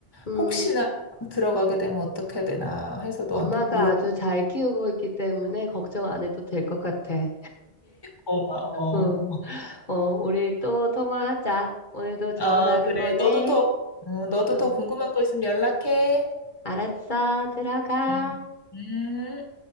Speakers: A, on the left; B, on the left.
A: 음,
B: 혹시나 들어가게 되면 어떻게 되나 해서 너한테
A: 엄마가
B: 물어봐.
A: 아주 잘 키우고 있기 때문에 걱정 안 해도 될 것 같아.
B: 고마워.
A: 응, 어, 우리 또 통화하자. 오늘도 좋은
B: 어,
A: 하루
B: 그래.
A: 보내.
B: 너도 더, 어, 너도
A: 응,
B: 더 궁금한 거 있으면 연락해.
A: 알았어, 들어가.
B: 음. 음.